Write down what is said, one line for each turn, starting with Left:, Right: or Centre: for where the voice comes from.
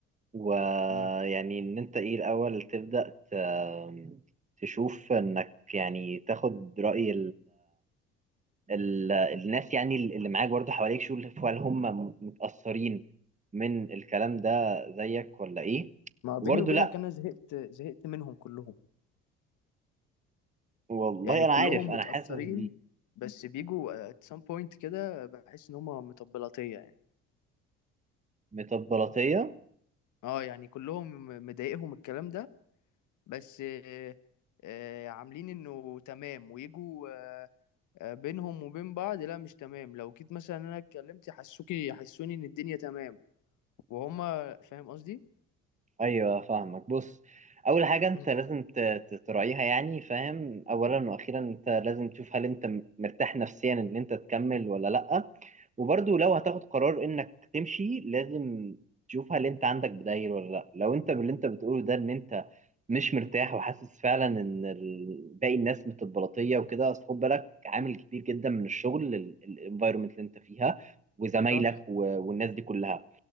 Right: ويعني
Left: مم.
Right: ان انت ايه الاول تبدا ت- تشوف انك يعني تاخد راي ال- الناس يعني اللي معاك برضه حواليك شوف هل هم متأثرين من الكلام ده زيك ولا ايه
Left: ما بيني
Right: وبرضه
Left: وبينك
Right: لا
Left: انا زهقت زهقت منهم كلهم
Right: والله
Left: يعني
Right: انا
Left: كلهم
Right: عارف انا
Left: متأثرين
Right: حاسس بيه-
Left: بس بيجوا at some point كده بحس ان هم مطبلاتية يعني
Right: بتبلطية
Left: اه يعني كلهم مضايقهم الكلام ده بس آه، آه، عاملين انه تمام ويجوا آه، آه، بينهم وبين بعض لا مش تمام لو جيت مثلا انا اتكلمت يحسوكي يحسوني ان الدنيا تمام وهم فاهم قصدي
Right: ايوه فاهمك بص اول حاجه انت
Left: مم.
Right: لازم ت- ت- تراعيها يعني فاهم اولا واخيرا انت لازم تشوف هل انت م- مرتاح نفسيا ان انت تكمل ولا لا وبرضو لو هتاخد قرار انك تمشي لازم تشوف هل انت عندك بدايل ولا لا لو انت باللي انت بتقوله ده ان انت مش مرتاح وحاسس فعلا ان ال- باقي الناس متبلطيه وكده اصل خد بالك عامل
Left: مم.
Right: كبير جدا من الشغل الانفايرمنت اللي انت فيها وزمايلك
Left: صح
Right: و- والناس دي كلها